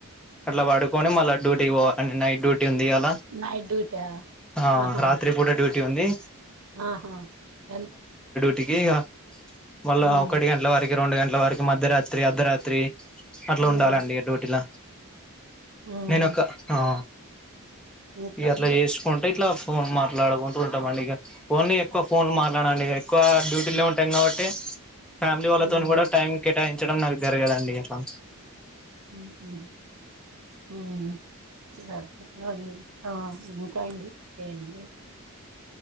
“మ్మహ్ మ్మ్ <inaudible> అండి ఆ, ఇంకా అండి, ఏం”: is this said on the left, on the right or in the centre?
Right